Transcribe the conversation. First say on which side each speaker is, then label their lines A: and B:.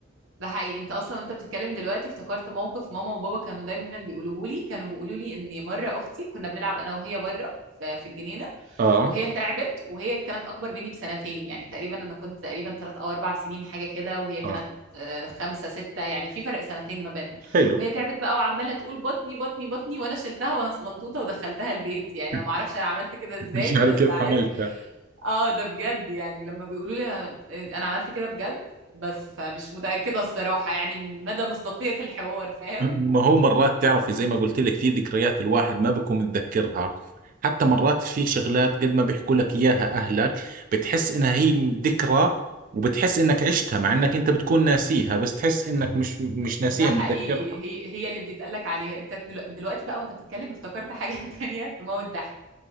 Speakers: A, on the right (about 65°); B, on the right (about 40°).
A: ده حقيقي انت اصلا وانت بتتكلم دلوقتي افتكرت موقف ماما وبابا كانوا دايما بيقولوه لي كانوا بيقولوا لي ان مره اختي كنا بنلعب انا وهي بره ف- في الجنينه
B: اه
A: وهي تعبت وهي كانت اكبر مني بسنتين يعني تقريبا انا كنت تقريبا ثلاث او اربع سنين حاجه كده وهي كانت
B: اه
A: آه، خمسة ستة يعني في فرق سنتين ما بيننا
B: حلو
A: وهي تعبت بقى وعمالة تقول بطني بطني بطني وأنا شلتها وأنا صغنطوطة ودخلتها البيت
B: <laughs>
A: يعني أنا ما أعرفش أنا عملت كده إزاي
B: مش
A: بس
B: عارف كيف
A: عارف
B: حملتها
A: اه ده بجد يعني لما بيقولوا لي انا انا عملت كده بجد بس فمش متأكدة الصراحة يعني من مدى مصداقية الحوار فاهم
B: ما هو مرات تعرفي زي ما قلت لك في ذكريات الواحد ما بكون متذكرها حتى مرات في شغلات قد ما بيحكوا لك اياها اهلك بتحس انها هي ذكرى وبتحس انك عشتها مع انك انت بتكون ناسيها بس تحس انك مش مش
A: ده
B: ناسيها
A: حقيقي
B: متذكرها
A: هي هي اللي بيتقال لك عليها انت دلو- دلوقتي بقى وانت بتتكلم افتكرت حاجة <laughs> تانية تموت ضحك